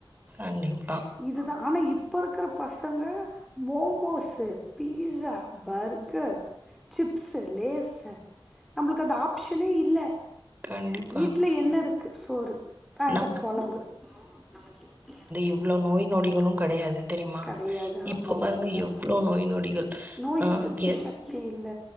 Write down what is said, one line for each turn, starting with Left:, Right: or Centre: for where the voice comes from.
Right: கண்டிப்பா.
Centre: இதுதா ஆனா இப் இப்ப இருக்கற பசங்க மோமோஸ்சு, பீஸா, பர் கர், சிப்சு லேஷூ. நம்மளுக்கு அந்த ஆப்ஷனே இல்ல.
Right: கண்டிப்பா
Centre: வீட்டு்ல என்ன இருக்கு சோறு அ இந்த
Right: நம்ம
Centre: குழம்பு நம்ம சின்ன பிள்ளையா இருக்கப்ப
Right: இவளோ நோய் நொடிகளும் கெடையாது தெரியுமா?
Centre: கெடையாது ஆமா
Right: இப்ப பாருங்க
Centre: உண்ம
Right: எவ்ளோ நோய் நொடிகள்.
Centre: நோய்
Right: ஆஹ்ஹ்
Centre: எதிர்ப்பு
Right: எ
Centre: சக்தி இல்ல